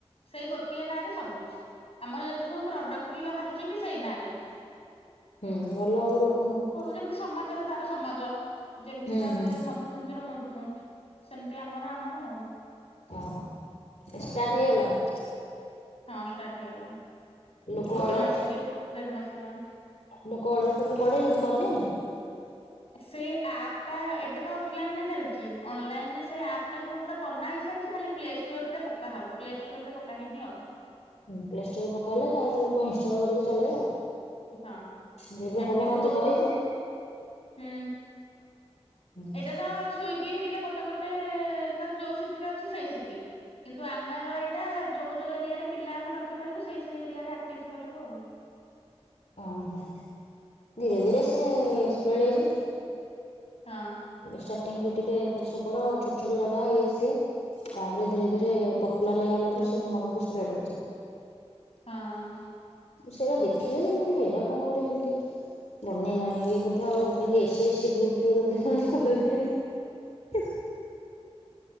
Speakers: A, on the left; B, on the left.
A: ସେଇ ଗୋଟିଏ ନାଁ ରେ ସବୁ ଆମର ଯେତେ ସବୁ ପ୍ରଡକ୍ଟ ବି ବାହାରୁଛି ବି ସେଇ ନାଁ ରେ। ଟେ
B: ହୁଁ ଭଲ ହବ ଲୋକଙ୍କୁ
A: ଯେମିତି ସମାଜର ତାର ସମାଜ ଯେମିତି
B: ହୁଁ
A: ତାପରେ
B: ହୁଁ
A: ମଧୁକୁଞ୍ଜର। <unintelligible> ସେମିତି ଆମର ଆମର ଆଉ
B: ଓହୋ। ଷ୍ଟାର୍ଟ ହେଇଗଲାଣି।
A: ହଁ ଷ୍ଟାର୍ଟ ହେଇଗଲାଣି
B: ଲୋକ
A: ଗୋଟେ
B: ଅର୍ଡର
A: ମାସ୍ ଦି ଦେଢମାସ୍ ହେଲାଣି।
B: ଲୋକ ଅର୍ଡର ଫର୍ଡର କଲେ କଲେଣି?
A: ସେଇ ଆପ୍ ଟା ଏବେ ତ ଅଫଲାଇନରେ ଚାଲିଛି ଅନଲାଇନରେ ସେଇ ଆପ୍ ଟା ସବୁ ପୁରା ବନା ହେଇସାରିଛି ଖାଲି ପ୍ଲେଷ୍ଟୋରରେ ପକାହବ ପ୍ଲେଷ୍ଟୋରରେ ପକା ହେଇନି ଆଉ।
B: ହୁଁ ପ୍ଲେଷ୍ଟୋରରେ ପକାହେଲେ ତାପରେ ଲୋକ ଇନ୍ ଷ୍ଟଲ କରିକି ଚଲେଇବେ ଆଉ।
A: ହଁ
B: ଯେବେ
A: ଯେମିତି
B: ହବ
A: ସବୁ
B: ମତେ
A: ହୁଁ
B: କହିବୁ। ହୁଁ
A: ଏଇଟା ତ ସ୍ଵିଗି। କିଆ ଗୋଟେ ଗୋଟେ ତାର ଯୋଉ ସିଟିରେ ଅଛି ସେଇ ସିଟି କିନ୍ତୁ ଆମେର ଏଇଟା ଯୋଉ ଯୋଉ ଏରିଆରେ ପିଲା ଆମେ ରଖିପାରିବୁ ସେଇ ସେଇ ଏରିଆରେ ଆକ୍ଟିଭ୍ କରିବୁ ଆଉ।
B: ଅ ହଁ ଧୀରେ ଧୀରେ ସେ ସ୍ପ୍ରେଡ୍ ହେଇଯିବ।
A: <inaudible> ହଁ
B: ଚାଟିଙ୍ଗ ରୁ ଟିକେ ଏପଟ ସେପଡ ଛୋଟ ଛୋଟ ଜାଗା ଇଏ ସିଏ ତାପରେ ଧୀରେ
A: ହଁ
B: ଧୀରେ
A: ହୁଁ
B: ପକୁଲାର ହେଇଗଲା <unintelligible> ମନକୁ ସ୍ପେଡ ହେଇଯିବ।
A: ହଁ।
B: ମୁଁ ସେରା ଦେଖିଲେ ଯେ ମୁଁ କହିଲି ଏରା କଣ ଗୋଟେ ଏମିତି ବନେଇଲାଣି ଇଏ ବୋଧେ ଆଉ ଯେନ୍ତି ଏସି ଏସି ଗ୍ରୁପ ଥ୍ରୁରୁ ବୋଧେ କଣ କଲା <unintelligible>